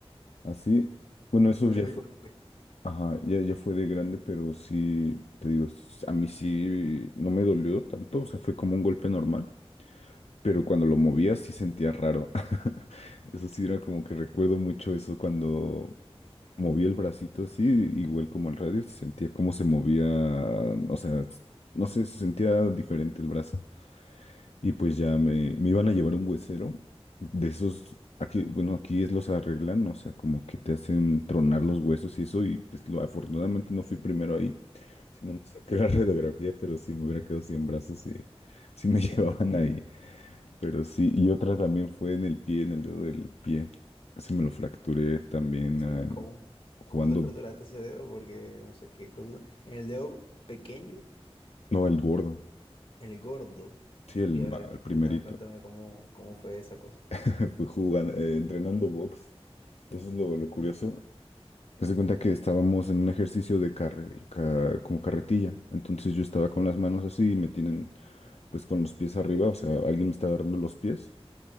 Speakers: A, on the left; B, on the left.
A: así? Bueno, eso
B: El
A: ya fue
B: golpe.
A: Ajá, ya, ya fue de grande, pero sí, te digo, s- a mí sí no me dolió tanto, o sea, fue como un golpe normal, pero cuando lo movía sí sentía raro. <laughs> Eso sí era como que recuerdo mucho eso cuando moví el bracito así, igual como el radio, sentía cómo se movía, o sea, s- no sé, se sentía diferente el brazo. Y pues ya me, me iban a llevar un huesero de esos, aquí, bueno, aquí es los arreglan, o sea, como que te hacen tronar los huesos y eso, y pues lo, afortunadamente no fui primero ahí, sino me saqué la <laughs> radiografía, pero sí me hubiera quedado sin brazos y sí me <laughs> llevaban ahí. Pero sí, y otra también fue en el pie, en el dedo del pie. se me lo fracturé también
B: Sí,
A: ah,
B: ¿cómo?
A: jugando,
B: ¿Cómo te fraturaste ese dedo? Porque no sé qué cosa. En el dedo pequeño,
A: no, el gordo,
B: el gordo.
A: sí, el,
B: Uy, a
A: ma-
B: ver,
A: el primerito.
B: cuéntame, cuéntame cómo, cómo fue esa cosa.
A: <laughs> Fue jugando, eh, entrenando box. Eso es lo, lo curioso.
B: Uh,
A: Haz de cuenta que estábamos en un ejercicio de carre, ca- como carretilla. Entonces yo estaba con las manos así y me tienen pues con los pies arriba, o sea, alguien me está agarrando los pies.